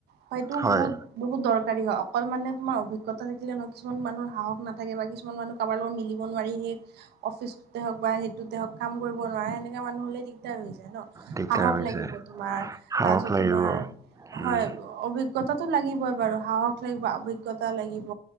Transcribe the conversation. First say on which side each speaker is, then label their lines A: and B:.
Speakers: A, on the right; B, on the right.
A: হয়টো
B: হয়
A: বহুত বহুত দৰকাৰী হয়, অকল মানে তোমাৰ অভিজ্ঞা থাকিলে নহক কিুমান মানুহ সাহস নাথাকে বা কিছুমান মানুহ কাৰবাৰ লগত মিলিব নোৱাৰি হেই অফিচতে হওঁক বা সেইটোতে হওঁক কাম কৰিব নোৱাৰে, সেনেকা মানুহ হ'লে দিগদাৰ হৈ যায় ন
B: দিগদাৰ
A: সাহস
B: হৈ
A: লাগিব
B: যায়
A: তোমাৰ
B: সাহস
A: তাৰপিছত
B: লাগিব
A: তোমাৰ হয়
B: উম
A: অভিজ্ঞতাটো লাগিব। সাহস লাগিব, অভিজ্ঞতা লাগিব